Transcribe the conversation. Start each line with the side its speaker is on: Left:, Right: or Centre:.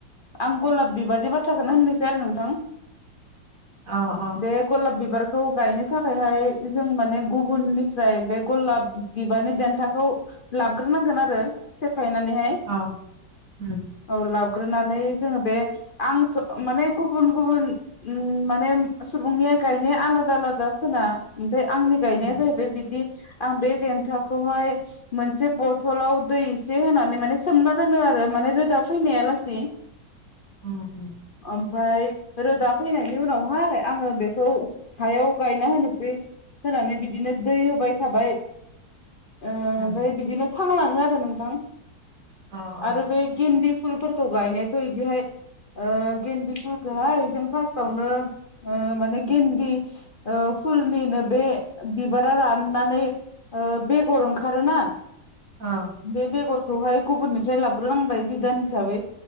Left: आं गलाब बिबारनि बाथ्राखौनो होननोसै आरो नोंथां।
Right: अ अ
Left: बे गलाब बिबार खौ गायनो थाखायहाय जों माने गुबुननिफ्राय बे गलाब बिबारनि देन्थाखौ लाबग्रोनांगोन आरो फायनानैहाय
Right: अ उम
Left: औ लाब ग्रोनानै जोङो बे आं थ' माने गुबुन गुबुन उ माने सुबुंनि गायनाया आलादा आलादा खोना ओमफ्राय आंनि गायनाया
Right: उम
Left: जाहैबाय बिदि आं बे देन्थाखौहाय मोनसे बथलाव दै इसे होनानै माने सोमना दोनो आरो माने रोदा फैनाया लासे
Right: उम उम
Left: ओमफ्राय रोदा फैनायनि उनावहाय आङो बेखौ हायाव गायना होनोसै। होनानै बिदिनो दै होबाय थाबाय। ओ
Right: उम
Left: ओमफ्राय बिदिनो थांलाङो आरो नोंथां
Right: अ अ
Left: आरो बे गेन्दि फुलफोरखौ गायनायाथ' इदिहाय ओ गेन्दि फुलखौहाय जों फार्स्टावनो ओ ओ माने गेन्दलि फुलनिनो बे बिबारा राननानै ओ बेगर ओंखारोना
Right: अ
Left: बे बेगरखौहाय गुबुननिफ्राय लाबग्रोनांबाय बिदान हिसाबै